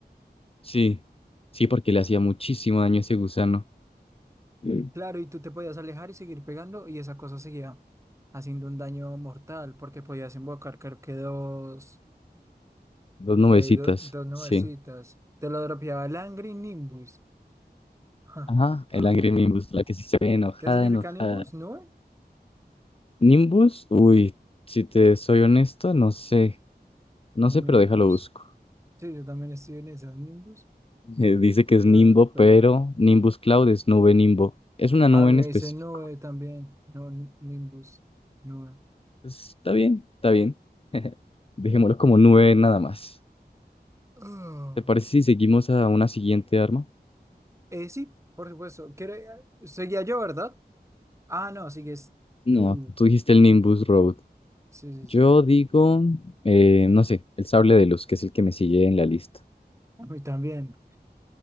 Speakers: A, on the left; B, on the right.
A: Sí, sí, porque le hacía muchísimo daño ese gusano. Mm.
B: Claro, y tú te podías alejar y seguir pegando y esa cosa seguía haciendo un daño mortal porque podías invocar creo que dos,
A: Dos nubecitas,
B: eh, do- dos nubecitas.
A: sí.
B: Te lo dropeaba el Angry Nimbus. <laughs>
A: Ajá, el Angry Nimbus, la que sí se ve enojada,
B: ¿Qué significa
A: enojada.
B: Nimbus? ¿Nube?
A: Nimbus, uy, si te soy honesto, no sé. No
B: Nimbus.
A: sé, pero déjalo busco.
B: Sí, yo también estoy en esas Nimbus.
A: Eh, dice que es
B: Doctor.
A: Nimbo, pero Nimbus Cloud es nube Nimbo. Es una nube
B: A mí
A: en
B: me
A: específico.
B: dice nube también, no n- Nimbus, nube.
A: Pues, está bien, está bien. <laughs> Dejémoslo como
B: Y-
A: nube nada más.
B: ah.
A: ¿Te parece si seguimos a una siguiente arma?
B: Eh, sí, por supuesto. ¿Quiere- eh, Seguía yo, ¿verdad? Ah, no, sigues
A: No,
B: tú.
A: tú dijiste el Nimbus Road.
B: Sí, sí,
A: Yo
B: sí.
A: digo, eh, no sé, el sable de luz, que es el que me sigue en la lista.
B: A mí también.